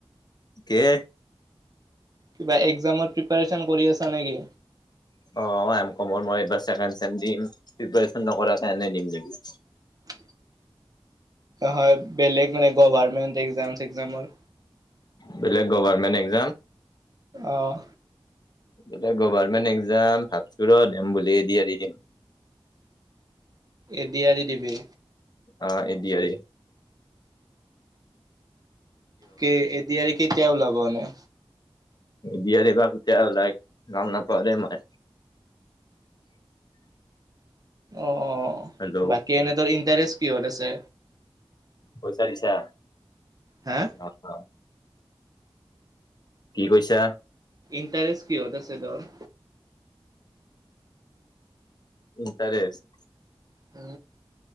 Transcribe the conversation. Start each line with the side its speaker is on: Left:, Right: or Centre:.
Left: কে
Right: কিবা একজামৰ প্ৰিপচন কৰি আছা নেকি?
Left: অ ক মই এইবাৰ ছেকেণ্ডছেম দিম, প্ৰিপিৰেচন নকৰাকে এনে দিম নেকি?
Right: উ হয় বেলেগ মানে গভাৰমেণ্ট এক্জাম চগ্জামৰ।
Left: বেলেগ গভমেন্ট এক্জাম।
Right: আহ
Left: বোলে গভাৰমেন্ট এক্জাম ভাবছো ৰ দেম বুলি এ দি এৰি দিম
Right: এদিয়াৰি দিবি।
Left: অ এদিয়ৰি।
Right: কে এদিয়াৰি আৰু কেতিয়া ওলাব এনে।
Left: বিয়াৰ বাগ তয়া লাইক গাম ন প দে মই।
Right: অ
Left: হেল্ল'
Right: বাকী এনেতৰ ইণ্টাৰেষ্ট কিহত আছে?
Left: পইচা পিছা
Right: হা
Left: অ অ কি কৈছা?
Right: ইণ্টাৰেষ্ট কিহত আছে তোৰ।
Left: ইণ্টাৰেষ্ট।
Right: হ